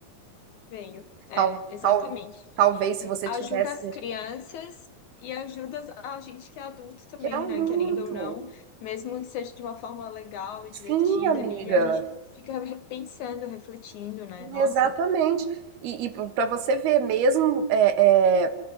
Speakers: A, on the left; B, on the right.
A: Venho. É,
B: Tal,
A: exatamente.
B: tal, talvez se você
A: Ajuda
B: tivesse.
A: as crianças e ajuda a gente que é adulto também,
B: Que adulto!
A: né? Querendo ou não, mesmo que seja de uma forma legal e
B: Sim,
A: divertida
B: amiga.
A: ali, a gente fica re- pensando, refletindo, né? Nossa.
B: Exatamente. E, para você ver, mesmo é, é,